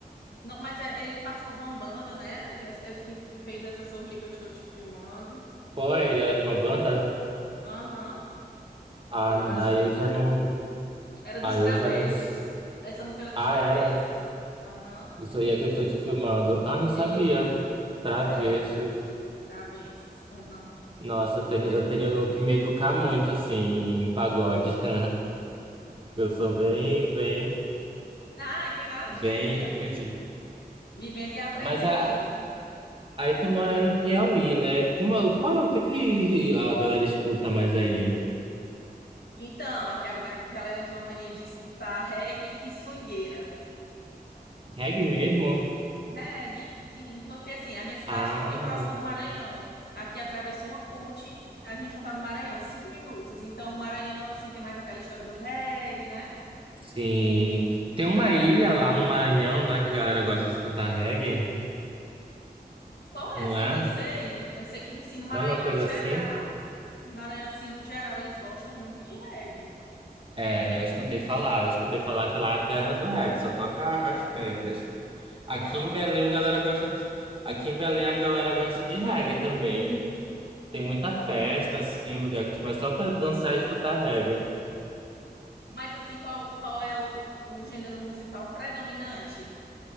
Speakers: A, on the left; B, on the right.
A: Não, mas é, ele participou de uma banda, né? Que, é- é, que, que fez essa sorria que eu estou te filmando.
B: Pô, ele era de uma banda?
A: Aham,
B: Ah,
A: eu acho
B: aí
A: que
B: eu já não.
A: era. Era dos
B: Ah,
A: Travessos.
B: eu já não. s-
A: Essa música era dos
B: Ah,
A: Travessos.
B: era.
A: Aham,
B: Do Sorria que eu estou te filmando. Ah, não sabia.
A: isso.
B: Travessos.
A: É, Era dos Travessos. Aham.
B: Nossa, eu tenho, eu tenho que me educar muito, assim, em pagode. <laughs> Eu sou bem, bem,
A: Ai, tem nadinha.
B: bem perdido.
A: Vivendo e aprendendo.
B: Mas a, Aí tu mora aí no Piauí, né? Como é, qual é, o que que a galera escuta mais aí?
A: Então, aqui a ga- galera tem uma mania de escutar reggae e swingueira.
B: Reggae mesmo?
A: Reggae, sim, porque assim, a minha cidade
B: Ah,
A: fica bem próxima do Maranhão. Aqui atravessou uma ponte, a gente já tá no Maranhão, cinco minutos. Então, o Maranhão, assim, tem mais aquela história do reggae, né?
B: sim.
A: E,
B: Tem uma
A: então,
B: ilha lá no Maranhão, né, que a galera gosta de escutar reggae,
A: qual é
B: não
A: essa?
B: é?
A: Eu nem sei. Eu sei que, assim, no Maranhão
B: Não é uma coisa
A: em geral,
B: assim?
A: Maranhão, assim, no geral, eles gostam muito de reggae.
B: É, eu escutei falar, eu escutei falar que lá é a terra do reggae, só toca as pedras. Aqui
A: Hã?
B: em Belém a galera gosta de, aqui em Belém a galera gosta de reggae também. Tem muita festa, assim, lugar que tu vai só pra dançar e escutar reggae.
A: Mas assim, qual, qual é o, o gênero musical predominante?